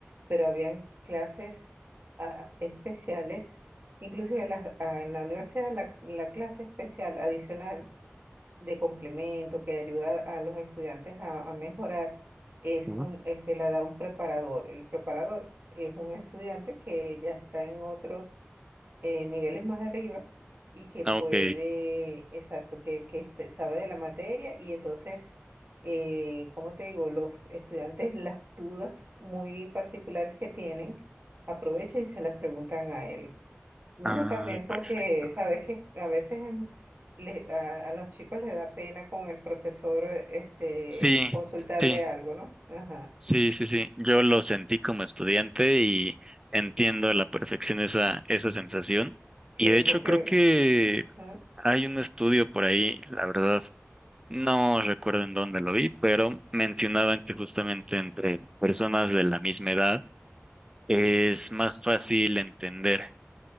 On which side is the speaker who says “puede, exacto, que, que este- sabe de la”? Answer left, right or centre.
Right